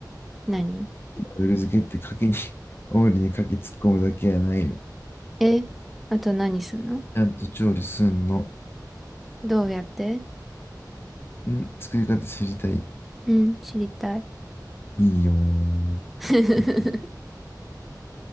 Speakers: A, in the centre; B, on the left.
A: 何
B: 牡蠣のオイル漬けって牡蠣に、<laughs> オイルに牡蠣突っ込むだけやないよ。
A: え、あと何すんの
B: ちゃんと調理すんの。
A: どうやって
B: うん、作り方知りたい。
A: うん、知りたい。
B: いいよー。
A: <laughs>
B: えっ